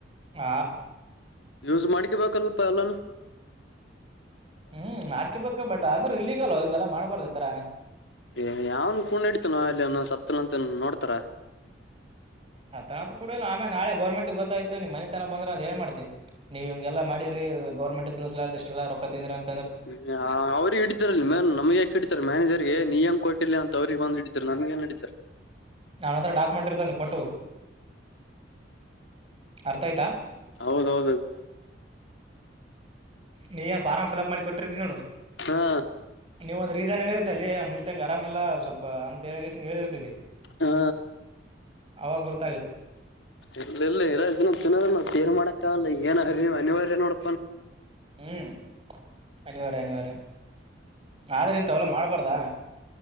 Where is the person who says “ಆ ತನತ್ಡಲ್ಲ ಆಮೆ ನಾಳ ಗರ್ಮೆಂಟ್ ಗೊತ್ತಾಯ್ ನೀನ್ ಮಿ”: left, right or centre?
Right